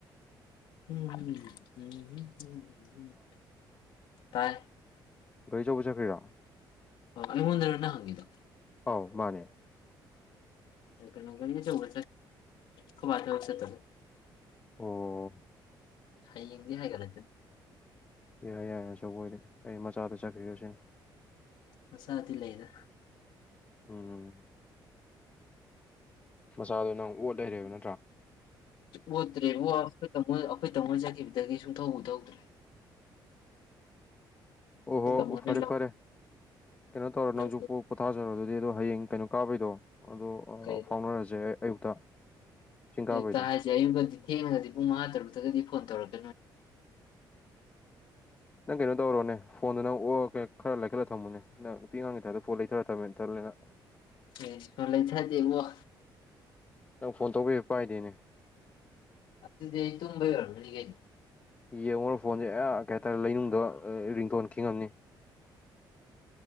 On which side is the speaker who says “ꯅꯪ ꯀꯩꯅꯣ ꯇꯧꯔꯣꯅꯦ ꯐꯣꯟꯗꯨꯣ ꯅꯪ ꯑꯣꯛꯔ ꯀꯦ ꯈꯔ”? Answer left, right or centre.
Left